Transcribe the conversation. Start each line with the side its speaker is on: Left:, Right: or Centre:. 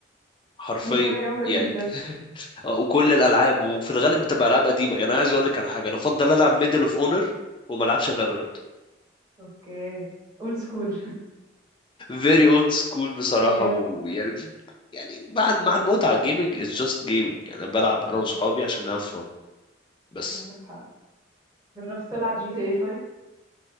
Left: حرفيا
Right: دي حاجة جامدة جدا
Left: يعني <laughs> آه، وكل الالعاب وفي الغالب بتبقى العاب قديمه يعني انا عايز اقول لك على حاجه انا افضل العب ميدل اوف اونر وما العبش فالورانت
Right: أوكي أولد سكول <laughs>
Left: فيري اولد سكول بصراحه
Right: بجد
Left: ويعني يعني مع مع المتعه جيمنج از جاست جيمنج يعني انا بلعب
Right: ده
Left: انا
Right: حقيقي
Left: واصحابي عشان هاف فن بس
Right: عندك حق جربت تلعب جي تي اي 5